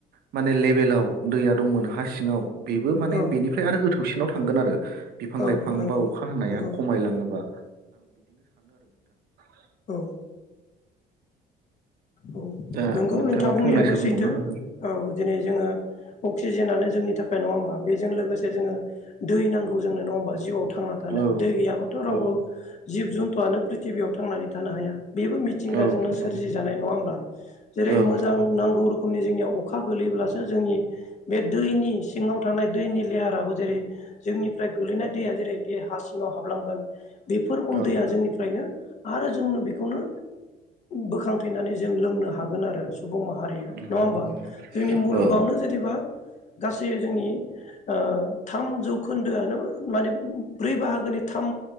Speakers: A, on the right; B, on the left.
A: माने लेभेलाव दैया दंमोन हा सिङाव बेबो माने
B: औ
A: बेनिफ्राय आरो गोथौसिनाव थांगोन आरो बिफां लाइफां
B: औ नंगौ
A: बा अखा हानाया
B: नंगौ
A: खमाय लाङोबा। <inaudible>
B: औ औ
A: दा
B: नंगौ
A: नोंथाङा
B: नोंथां बुंनायाबो
A: फंनैसो बुंबावनो
B: सैथो
A: हागोन
B: औ दिनै जोङो अक्सिजेनानो जोंनि थाखाय नङा होमबा बेजों लोगोसे जोङो दै नांगौ जोंनो नङा होमबा जि आव थांना थानो
A: औ
B: दै गैयाबाथ' रावबो
A: औ
B: जिब जुन्थुआनो प्रिथिबियाव थांनानै थानो हाया। बेबो मिथिंगाजोंनो
A: औ नंगौ
B: सोरजि जानाय नङा होमबा जेरै
A: औ
B: मोजां
A: नंगौ
B: नांगौ रोखोमनि जोंनि याव अखा गोगलैब्लासो जोंनि बे दैनि सिङाव थानाय दैनि लेयाराबो जेरै जों निफ्राय गोलैनाय दैया जेरै बे हा सिङाव हाबलांगोन बेफोर रोखम
A: औ
B: दैया जोंनिफ्रायनो आरो जोंनो बेखौनो बोखां फैनानै जों लोंनो हागोन आरो सुबुं माहारिया
A: नंगौ
B: नङा होमबा जोंनि मुलुगावनो
A: औ
B: जेनेबा गासै जोंनि ओ थाम जौखोन्दोआ माने ब्रै बाहागो थाम